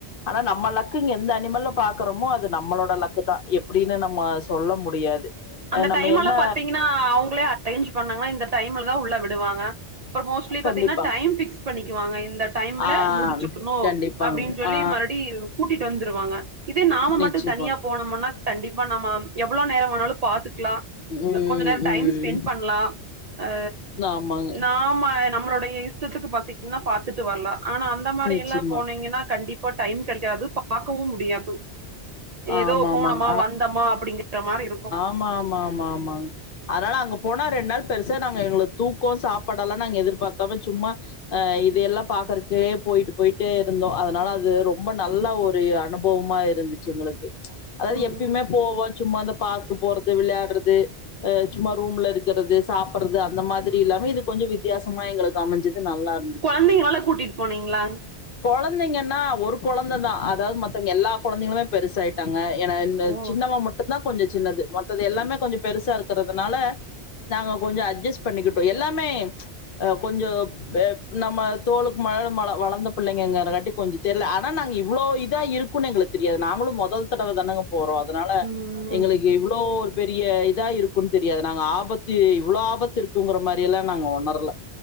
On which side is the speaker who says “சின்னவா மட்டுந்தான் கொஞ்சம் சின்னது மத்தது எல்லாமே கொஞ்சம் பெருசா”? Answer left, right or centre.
Left